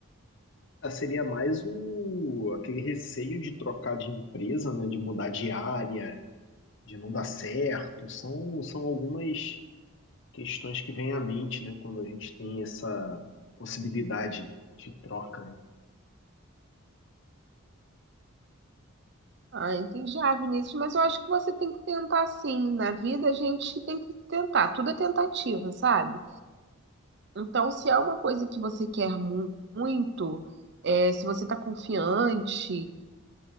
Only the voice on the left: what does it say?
Ah, Seria mais o, aquele receio de trocar de empresa, né, de mudar de área, de não dar certo. São, são algumas questões que vêm à mente, né, quando a gente tem essa possibilidade de troca, né?